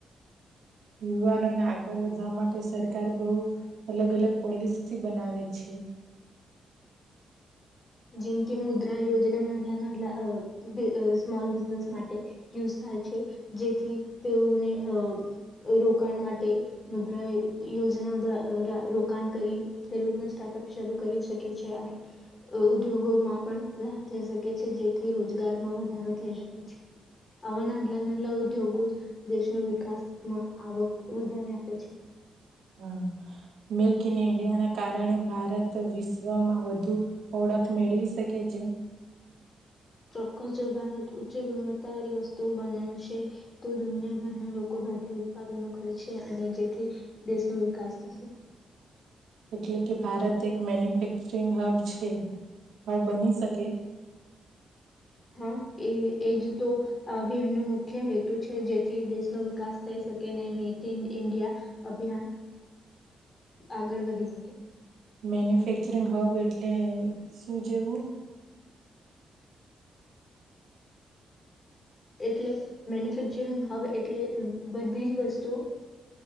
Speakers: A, on the right; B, on the left.
A: યુવાનોને આગળ વધવા માટે સરકાર બહુ અલગ અલગ પોલિસી બનાવે છે
B: જેમ કે મુદ્રા યોજના નાલા નાલા સ્મોલ બિઝનેસ માટે યુઝ થાય છે જેથી તેઓને અ રોકાણ માટે મુદ્રા યોજના દ્વા રોકાણ કરી તે લોકોને સ્ટાર્ટઅપ શરૂ કરી શકે છે અને ઉદ્યોગોમાં પણ લાભ થઈ શકે છે જેથી રોજગારમાં વધારો થઈ શકે છે આવા નાટલા નાટલા ઉદ્યોગો જ દેશનો વિકાસમાં આવક વધારે આપે છે
A: હા મેક ઇન ઇન્ડિયા ના કારણે ભારત વિશ્વમાં વધુ ઓળખ મેળવી શકે છે
B: ચોક્કસ જો ભારત ઉચ્ચ ગુણવત્તાવાળી વસ્તુઓ બનાવશે તો દુનિયાભરના લોકો ભારતીય ઉત્પાદનો ખરીચશે અને જેથી દેશનો વિકાસ થશે
A: એટલે કે ભારત એક મેન્યુફેક્ચરિંગ હબ છે હબ બની શકે
B: હા એ એજ તો આ અભિયાન ન મુખ્ય હેતુ છે જેથી દેશનો વિકાસ થઈ શકે અને મેક ઇન ઇન્ડિયા અભિયાન આગળ વધી શકે
A: મેન્યુફેક્ચરિંગ હબ એટલે શું જેવું
B: એટલે મેન્યુફેક્ચરિંગ હબ એટલે બધી જ વસ્તુ